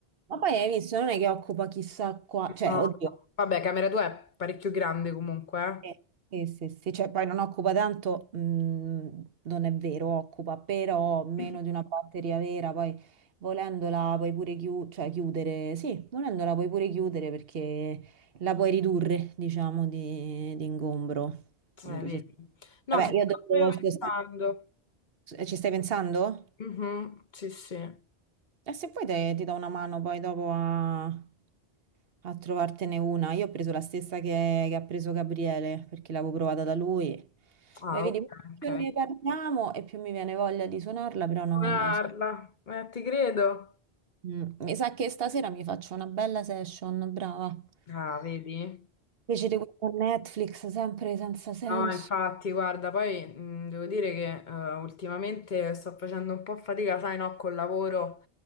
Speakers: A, on the right (about 65°); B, on the left (about 50°).
A: Ma poi hai visto, non è che occupa chissà qua... Cioè,
B: No.
A: oddio,
B: Vabbè, camera tua è parecchio grande comunque,
A: Eh, Sì, sì, sì, cioè poi non occupa tanto, mh, non è vero, occupa però meno
B: eh? <laughs>
A: di una batteria vera, poi volendola puoi pure chiu- cioè, chiudere, sì, volendola puoi pure chiudere perché la puoi ridurre, diciamo, di, di ingombro. Quindi,
B: Eh, vedi.
A: ci-
B: No,
A: vabbè,
B: ci stavo
A: io dopo,
B: proprio
A: scusa,
B: pensando.
A: ci stai pensando?
B: Mhm, sì, sì.
A: E se poi te- ti do una mano poi dopo a, a trovartene una. Io ho preso la stessa che, che ha preso Gabriele perché l'avevo provata da lui.
B: Ah,
A: Poi vedi,
B: ok,
A: più
B: ok.
A: ne parliamo e più mi viene voglia di suonarla, però no,
B: comprarla.
A: non so.
B: Eh, ti credo.
A: Mm, Mi sa che stasera mi faccio una bella session, brava.
B: Ah, vedi?
A: Invece di questa Netflix sempre senza senso.
B: No, infatti, guarda, poi mh, devo dire che eh, ultimamente sto facendo un po' fatica, sai, no, col lavoro